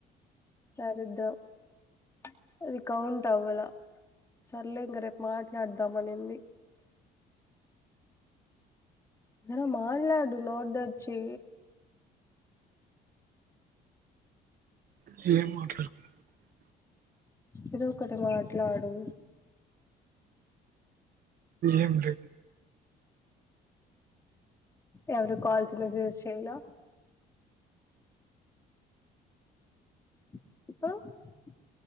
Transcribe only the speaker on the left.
<unintelligible> అది కౌంట్ అవ్వాల సర్లే ఇంక రేపు మాట్లాడదమనింది ఏనా మాట్లాడు <unintelligible>
ఏదో ఒకటి మాట్లడు
ఎవరు కల్స్ మెసేజ్ చేయల <unintelligible>